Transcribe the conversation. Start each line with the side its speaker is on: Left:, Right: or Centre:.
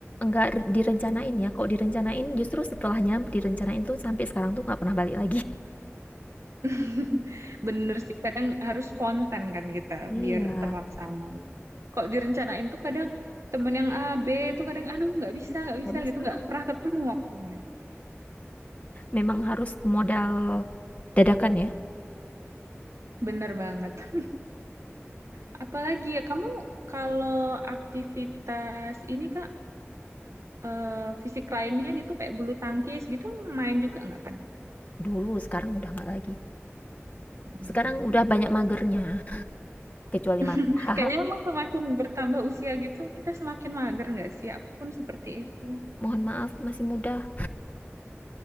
Left: nggak re direncanain ya, kok direncanain justru setelahnya direncanain tuh sampai sekarang tuh nggak pernah balik lagi. <laughs>
Right: <laughs> Bener sih, kadang harus spontan kan kita
Left: Iya,
Right: biar terlaksana. Kok direncanain tuh kadang temen yang A, B tuh kadang aduh nggak bisa, nggak
Left: nggak
Right: bisa
Left: bisa,
Right: gitu, nggak
Left: mhm.
Right: pernah ketemu waktunya.
Left: Memang harus modal dadakan ya,
Right: Bener banget. <laughs> Apalagi ya kamu kalau aktivitas ini Kak, eh, fisik lainnya gitu kayak bulu tangkis gitu main juga nggak kan?
Left: dulu, sekarang udah nggak lagi.
Right: Oh iya.
Left: Sekarang udah banyak magernya, kecuali
Right: <laughs>
Left: masak.
Right: Kayaknya
Left: <laughs>
Right: emang semakin bertambah usia gitu, kita semakin mager nggak sih? Aku pun seperti itu.
Left: Mohon maaf, masih muda.